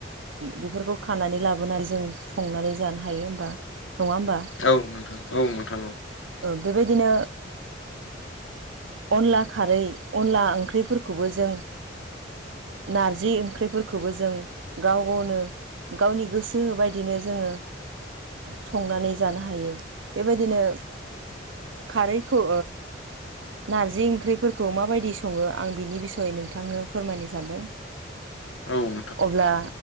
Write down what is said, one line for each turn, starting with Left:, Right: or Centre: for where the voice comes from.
Right: बेफोरखौ खानानै लाबोनानै जों संनानै जानो हायो होमबा नङा होमबा
Left: औ नोंथां औ नोंथां औ
Right: बेबायदिनो अनला खारै अनला ओंख्रिफोरखौबो जों नारजि ओंख्रिफोरखौबो जों गाव गावनो गावनि गोसो बायदिनो जोङो संनानै जानो हायो बेबायदिनो खारैखौ नारजि ओंख्रिफोरखौ माबायदि सङो आं बिनि बिसयै नोंथांनो फोरमायनो सानदों
Left: औ नोंथां
Right: अब्ला